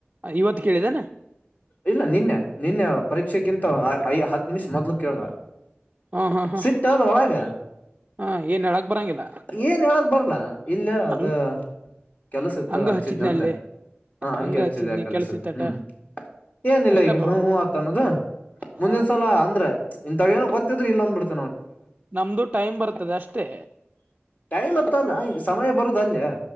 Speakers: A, on the right; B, on the left.
A: ಇವತ್ತು ಕೇಳಿದೆನಾ
B: ಇಲ್ಲ ನಿನ್ನೆ ನಿನ್ನೆ ಪರೀಕ್ಷೆಗಿಂತಐ ಹತ್ತು ನಿಮಿಷ ಮೊದ್ಲು ಕೇಳ್ದ
A: ಹಾ ಹಾ ಹಾ
B: ಸಿತ್ತದ ಒಳಗ
A: ಹಾ ಏನ್ ಹೇಳಕ್ ಬರಂಗಿಲ್ಲ
B: ಏನ್ ಹೇಳಗ್ ಬರ್ಲ ಇಲ್ಲೇ
A: ಹಂಗ್
B: ಅದ ಕೆಲ್ಸ ಇತ್ತು
A: ಹಂಗ
B: ಹಚ್ಚಿದನಂತೆ
A: ಹಚ್ಚಿದ್ನಲ್ಲಿ
B: ಹಾ ಹಂಗೆ
A: ಹಂಗ
B: ಹಚ್ಚಿದೆ
A: ಹಚ್ಚಿದ್ನಿ
B: ಆ ಕೆಲಸ
A: ಕೆಲ್ಸಿತ್ತಟ
B: ಹ್ಮ್ ಏನಿಲ್ಲ
A: ಅಷ್ಟಪ್ಪ
B: ಈಗ ಹ
A: ಮತ್
B: ಹ್ ಆತ ಅನ್ನೋದ
A: ಹ
B: ಮುಂದಿನ ಸಲ ಅಂದ್ರೆ ಇಂತಥ ನ ಗೊತ್ತಿದ್ರರು ಇಲ್ಲ ಅಂದ್ ಬಿಡರಿ
A: ನಮ್ದು ಟೈಮ್ ಬರ್ತದೆ ಅಷ್ಟೇ
B: ಟೈಮ್ ಹತ್ರ ಅಲ್ಲ ಸಮಯ ಬರುದ ಅಲ್ಲೇ